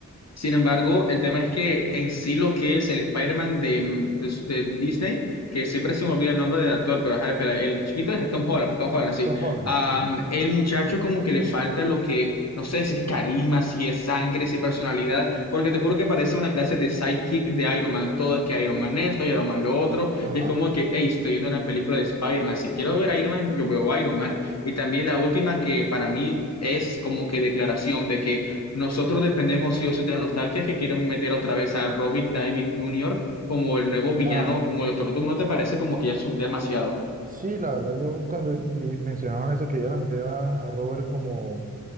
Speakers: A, on the left; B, on the right.
A: sin embargo, el tema es que en sí lo que es el Spider-Man de, mm, de- de Disney, que siempre se me olvida el nombre del actor, pero ajá, el, pela- el chiquito es Tom Holland, Tom Holland, sí.
B: Tom Holland.
A: Am,
B: ujú,
A: el muchacho como que le falta lo que, no sé si es carisma, si es sangre, si es personalidad, porque te juro que parece una clase de sidekick de Iron Man. Todo es que Iron Man esto, Iron Man lo otro,
B: Ajá.
A: y es como que, hey, estoy viendo una película de Spider-Man, si quiero ver a Iron Man, yo veo a Iron Man. Y también la última que para mí es como que declaración de que nosotros dependemos sí o sí de la nostalgia que quieren meter otra vez a Robert David Jr. como el nuevo villano,
B: Ah,
A: como el Doctor Doom. ¿No te parece como que ya es demasiado?
B: sí, la verdad, yo cuando di- mencionaron eso, que ya la meter a, a Robert como,